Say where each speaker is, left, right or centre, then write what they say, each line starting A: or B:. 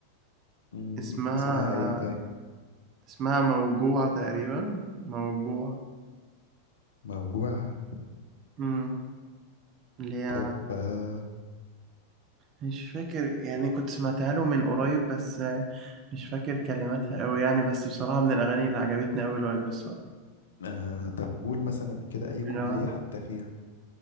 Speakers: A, on the left; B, on the right.
A: مم،
B: اسمها
A: اسمها ايه طيب
B: اسمها موجوع تقريبا موجوع
A: موجوع
B: امم اللي هي
A: طب آه
B: مش فاكر يعني كنت سمعتها له من قريب بس آه، مش فاكر كلماتها قوي يعني بس بصراحة من الأغاني اللي عجبتني قوي الواد الصقر
A: آه، طب قول مثلا كده اي كوبليه
B: اللي هو
A: حتى فيها